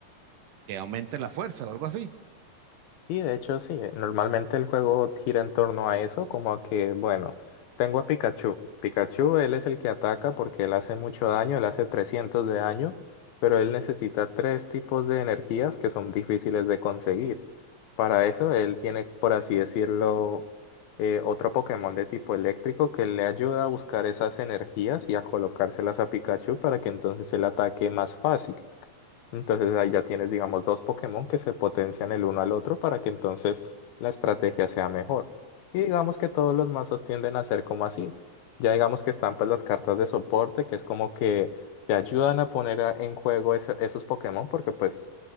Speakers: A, on the right (about 70°); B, on the left (about 85°).
A: que aumente la fuerza o algo así.
B: Y de hecho sí, eh, normalmente el juego gira en torno a eso, como a que, bueno, tengo a Pikachu. Pikachu, él es el que ataca porque él hace mucho daño, él hace 300 de daño, pero él necesita tres tipos de energías que son difíciles de conseguir. Para eso, él tiene, por así decirlo, eh, otro Pokémon de tipo eléctrico que le ayuda a buscar esas energías y a colocárselas a Pikachu para que entonces el ataque más fácil. Entonces ahí ya tienes, digamos, dos Pokémon que se potencian el uno al otro para que entonces la estrategia sea mejor. Y digamos que todos los mazos tienden a ser como así. Ya digamos que están pues las cartas de soporte, que es como que te ayudan a poner a- en juego ese- esos Pokémon porque pues